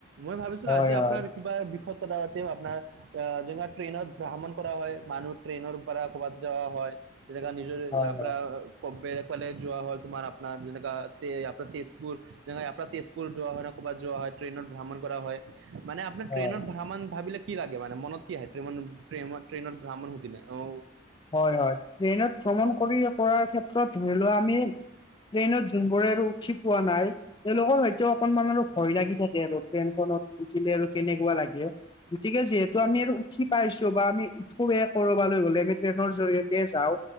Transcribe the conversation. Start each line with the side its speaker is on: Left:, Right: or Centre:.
Right: মই ভাবিছিলো
Left: হয়
Right: আজি
Left: হয়
Right: আপোনাৰ কিবা বিষয়ত কথা পাতিম আপোনাৰ আ যেনেকুৱা ট্ৰেইনত ভ্ৰমণ কৰা হয় মানুহ ট্ৰেইনৰ পৰা ক'ৰবাত যোৱা হয় যেনেকা নিজ ইয়াৰ
Left: হয় হয়
Right: পৰা কক বেলেগ‌ ফালে যোৱা হল, তোমাৰ আপোনাৰ যেনেকুৱা ইয়াৰ পৰা তেজপুৰ। যেনেকৈ আপোনাৰ তেজপুৰ যোৱা হয় ন, ক'ৰবাত যোৱা হয় ট্ৰেইনত ভ্ৰমণ কৰা হয়। মানে আপোনাৰ
Left: হয়।
Right: ট্ৰেইনত ভ্ৰমণ ভাবিলে। কি লাগে মানে মনত কি আহে? টেন প্ৰেম ট্ৰেইনত ভ্ৰমণ সুধিলে অঁ।
Left: হয় হয়, ট্ৰেইনত ভ্ৰমণ কৰি কৰাৰ ক্ষেত্ৰত ধৰি লোৱা আমি ট্ৰেইনত যোনবোৰে আৰু উঠি পোৱা নাই। তেওঁলোকৰ হয়তো অকনমান আৰু ভয় লাগি থাকে আৰু ট্ৰেইনখনত উঠিলে আৰু কেনেকুৱা লাগে। গতিকে যিহেতু আমি আৰু উঠি পাইছো বা আমি উঠোৱে কৰবালৈ গ'লে আমি। ট্ৰেইনৰ জৰিয়তে যাওঁ,